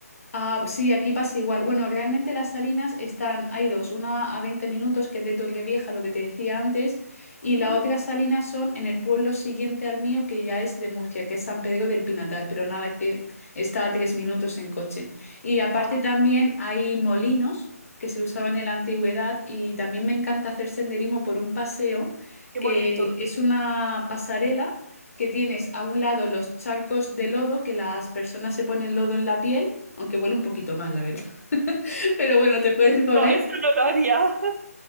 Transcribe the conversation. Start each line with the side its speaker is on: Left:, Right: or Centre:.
Left: Ah, sí, aquí pasa igual. Bueno, realmente las salinas están, hay dos, una a 20 minutos, que es de Torrevieja, lo que te decía antes, y
Right: Ujú.
Left: la otra salina son en el pueblo siguiente al mío, que ya es de Murcia, que es San Pedro del Pinatar, pero nada, que está a tres minutos en coche. Y aparte
Right: Va,
Left: también hay molinos que se usaban en la antigüedad y también me encanta hacer senderismo por un paseo,
Right: Qué
Left: que
Right: bonito.
Left: es una pasarela que tienes a un lado los charcos de lodo, que las personas se ponen lodo en la piel, aunque huele un poquito mal, la verdad. <laughs> Pero bueno, te puedes poner.
Right: No, esto no lo haría.